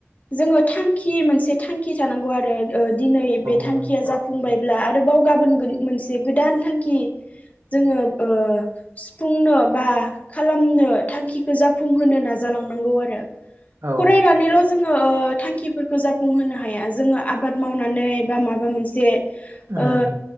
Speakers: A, on the left; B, on the right.
A: जोंङो थांखि मोनसे थांखि थानांगौ आरो ओ दिनै बे थांखिया
B: औ औ
A: जाफुंबायब्ला आरोबाव गाबोन गो मोनसे गोदान थांखि जोंङो ओ सुफुंनो बा खालामनो थांखिखौ जाफुंहोनो नाजालांनांगौ आरो
B: औ
A: फराय नानैल जोंङो ओ थांखिफोरखौ जाफुंहोनो हाया जोंङो आबाद मावनानै बा माबा मोनसे
B: उम।
A: ओ